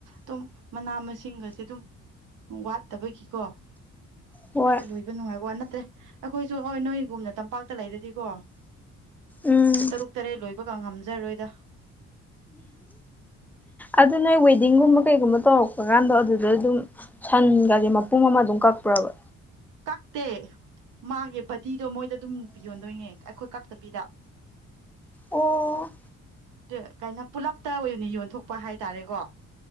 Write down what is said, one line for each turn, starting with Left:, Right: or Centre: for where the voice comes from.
Right: ꯇꯨꯝ ꯃꯅꯥ ꯃꯁꯤꯡꯒꯖꯦ ꯑꯗꯨꯝ ꯋꯥꯠꯇꯕꯒꯤꯀꯣ
Centre: ꯍꯣꯏ
Right: ꯈꯔ ꯂꯣꯏꯕ ꯅꯨꯡꯉꯥꯏꯕ ꯋꯥ ꯅꯠꯇꯦ ꯑꯩꯈꯣꯏꯖꯨ ꯑꯣꯢ ꯅꯣꯏꯒꯨꯝꯅ ꯇꯝꯄꯥꯛꯇ ꯂꯩꯔꯗꯤꯀꯣ
Centre: ꯎꯝ
Right: ꯇꯔꯨꯛ ꯇꯔꯦꯠ ꯂꯣꯏꯕꯒ ꯉꯝꯖꯔꯣꯏꯗ
Centre: ꯑꯗꯨ ꯅꯣꯏ ꯋꯦꯗꯤꯡꯒꯨꯝꯕ ꯀꯩꯒꯨꯝꯕ ꯇꯧꯔꯛꯄ ꯀꯥꯟꯗ ꯑꯗꯨꯗ ꯑꯗꯨꯝ ꯁꯟꯒꯗꯤ ꯃꯄꯨꯝ ꯑꯃ ꯑꯗꯨꯝ ꯀꯛꯄ꯭ꯔꯕ
Right: ꯀꯛꯇꯦ ꯃꯥꯒꯤ ꯕꯗꯤꯗꯣ ꯃꯣꯏꯗ ꯑꯗꯨꯝ ꯄꯤ ꯌꯣꯟꯗꯣꯏꯅꯦ ꯑꯩꯈꯣꯏ ꯀꯛꯇꯕꯤꯗ
Centre: ꯑꯣ
Right: ꯑꯗꯨ ꯀꯥꯏꯅꯣ ꯄꯨꯂꯞꯇ ꯑꯣꯏꯅ ꯌꯣꯟꯊꯣꯛꯄ ꯍꯥꯏꯇꯥꯔꯦꯀꯣ